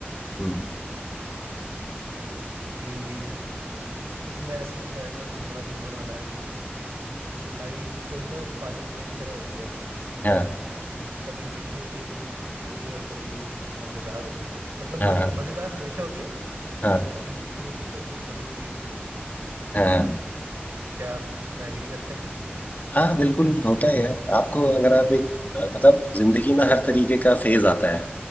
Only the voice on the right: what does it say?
कि इसमें ऐसी रैंडम थोड़ा ह्यूमन वाला है कि लाइफ थोड़ी ना पानी पूरी की तरह होती है
कभी मीठी होती है कभी खट्टी होती है और कभी मजेदार होती है मतलब मज,
मजेदार हमेशा होती है
बट कभी मीठी होती है कभी थोड़ी तीखी होती है
क्या आप इसमें एग्री करते हैं